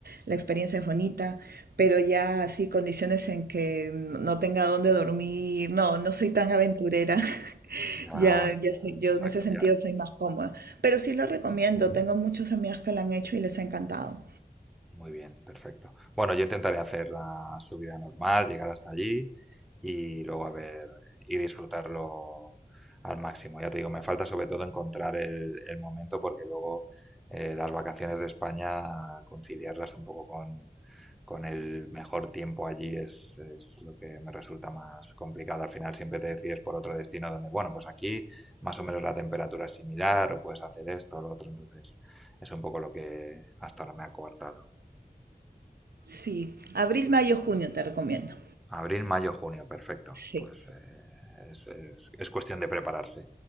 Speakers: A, on the right; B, in the centre.
A: la experiencia es bonita, pero ya así condiciones en que no no tenga dónde dormir, no, no soy tan aventurera. <laughs>
B: ya,
A: Ya, ya
B: ya,
A: sé, yo
B: exacto,
A: en ese sentido
B: ya.
A: soy más cómoda, pero sí lo recomiendo. Tengo muchos amigos que lo han hecho y les ha encantado.
B: Muy bien, perfecto. Bueno, yo intentaré hacer la subida normal, llegar hasta allí y luego a ver y disfrutarlo al máximo. Ya te digo, me falta sobre todo encontrar el, el momento porque luego eh, las vacaciones de España, conciliarlas un poco con, con el mejor tiempo allí es, es lo que me resulta más complicado. Al final siempre te decides por otro destino donde, bueno, pues aquí más o menos la temperatura es similar o puedes hacer esto o lo otro. Entonces es un poco lo que hasta ahora me ha coartado.
A: Sí, abril, mayo, junio te recomiendo.
B: Abril, mayo, junio, perfecto.
A: Sí,
B: Pues eh, es, es- es cuestión de prepararse,